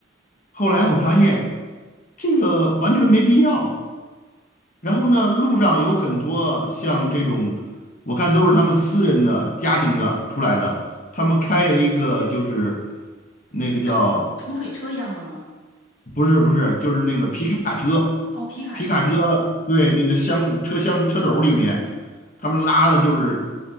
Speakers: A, on the left; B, on the left.
A: 后来我发现这个完全没必要。然后呢，路上有很多像这种，我看都是他们私人的、家庭的出来的，他们开了一个就是那个叫
B: 那储水车一样的吗？
A: 不是不是，就是那个皮卡车，
B: 哦，皮卡车，
A: 皮卡车
B: 嗯。
A: 对那个箱车厢车斗里面，他们拉的就是